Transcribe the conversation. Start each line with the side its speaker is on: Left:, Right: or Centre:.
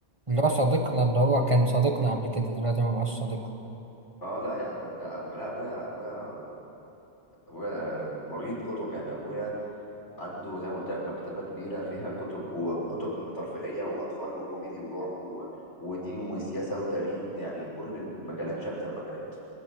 Right: اللي هو صديقنا اللي هو كان صديقنا قبل كده دلوقتي ما بقاش صديقنا
Left: اه لا يا عم ده أبو... لا ابويا ابويا ابويا مريض كتب يعني ابويا عنده زي ما قلت لك مكتبه كبيره فيها كتب و... وكتب ترفيهيه واطفال وكوميدي ورعب و... ودين وسياسه وتاريخ يعني كل المجالات شتى المجالات